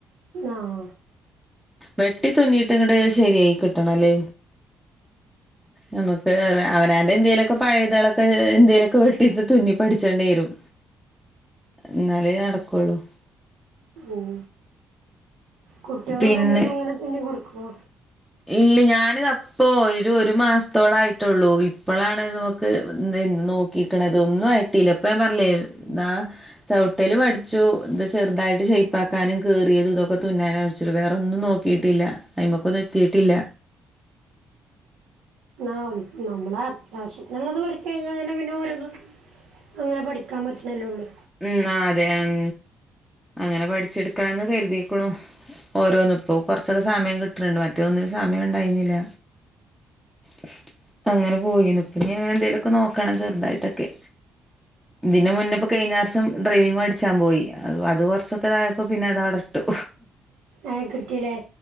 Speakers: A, on the right; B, in the centre.
A: ആഹ്
B: വെട്ടി തുന്നിയിട്ട് ഇങ്ങിട് ശെരിയായി കിട്ടണല്ലേ നമുക്ക് അവനാന്റെ എന്തേലൊക്കെ പഴയതളൊക്കെ എന്തേലൊക്കെ വെട്ടിട്ട് തുന്നി പഠിച്ചേണ്ടേ വരും എന്നാലെ നടക്കുള്ളൂ
A: ഉം കുട്ടികൾക്കൊക്കെ
B: പിന്നെ
A: എന്തേലും ഇങ്ങനെ തുന്നി കൊടുക്കുവോ
B: ഇല്ല ഞാനിത അപ്പോ ഒരു ഒരു മാസത്തോളം ആയിട്ടുള്ളൂ ഇപ്പോഴാണ് നമ ക്ക് നോക്കിക്കണത് ഒന്നും ആട്ടില്ല ഇപ്പ ഞാൻ പറഞ്ഞില്ലേ എന്ന ചവിട്ടല് പടിച്ചു ഇന്ത ചെറുതായിട്ട് ഷയിപ്പക്കാനും കേറിയതും ഇതൊക്കെ തുന്നാനും ച്ചൊള്ളൂ വേറൊന്നും നോക്കിട്ടില്ല അയിമക്കൊന്നും എത്തിട്ടില്ല
A: ആഹ് നമ്മളെ അത്യാവശ്യം അങ്ങുള്ളത് പഠിച്ചു കഴിഞ്ഞാൽ തന്നെ പിന്നെ ഓരോന്നും അങ്ങനെ പഠിക്കാൻ പറ്റണേല്ലോ ഉള്ളൂ
B: ഉം ആഹ് അതെ ഉം അങ്ങനെ പഠിച്ചെടുക്കണംന്ന് കരുതിക്കണു ഓരോന്ന് ഇപ്പൊ കൊറച്ചൊക്കെ സമയം കിട്ടിട്ടുണ്ട് മറ്റേത് ഒന്നിനും സമയം ഉണ്ടായിന്നില്ല പ്പം അങ്ങനെ പോയിന്നു ഇപ്പ നീ അങ്ങനെ എന്തേലുമൊക്കെ നോക്കണം ചെറുതായിട്ടൊക്കെ ഇതിന് മുന്നേപ്പം കഴിഞ്ഞർഷം ഡ്രൈവിങ് മടിച്ചാൻ പോയി അത് കുറച്ചൊക്കെ ആയപ്പോ പിന്നെ അത് അവിടിട്ടു
A: ഏഹ് കിട്ടീല്ലേ